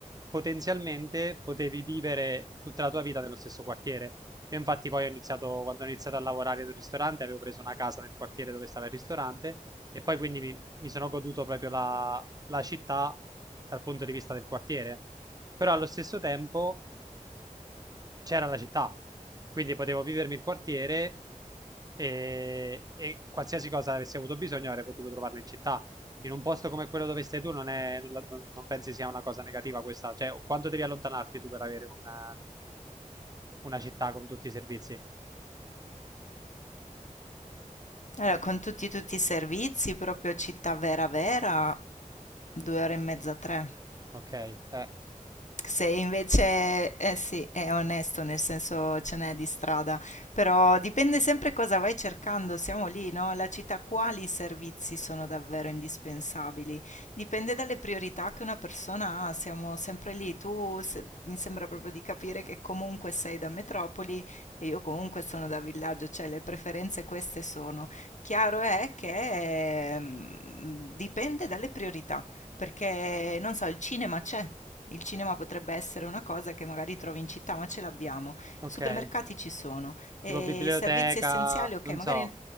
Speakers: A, on the right; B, on the left.
A: potenzialmente potevi vivere tutta la tua vita nello stesso quartiere. Io infatti poi ho iniziato, quando ho iniziato a lavorare in un ristorante, avevo preso una casa nel quartiere dove stava il ristorante e poi quindi mi, mi sono goduto proprio la, la città dal punto di vista del quartiere. Però allo stesso tempo c'era la città, quindi potevo vivermi il quartiere e, e qualsiasi cosa avessi avuto bisogno avrei potuto trovarla in città. In un posto come quello dove stai tu non, è, non, non pensi sia una cosa negativa questa? Cioè, quanto devi allontanarti tu per avere una, una città con tutti i servizi?
B: Allora, con tutti, tutti i servizi, proprio città vera vera, due ore e mezza, tre.
A: Ok, eh,
B: Se invece, eh sì, è onesto, nel senso ce n'è di strada, però dipende sempre cosa vai cercando, siamo lì, no? La città, quali servizi sono davvero indispensabili? Dipende dalle priorità che una persona ha, siamo sempre lì. Tu se- mi sembra proprio di capire che comunque sei da metropoli e io comunque sono da villaggio, cioè le preferenze queste sono. Chiaro è che ehm, dipende dalle priorità, perché non so, il cinema c'è. Il cinema potrebbe essere una cosa che magari trovi in città, ma ce l'abbiamo.
A: ok.
B: Supermercati ci sono. E
A: Tipo biblioteca,
B: i servizi essenziali, ok,
A: non
B: magari
A: so,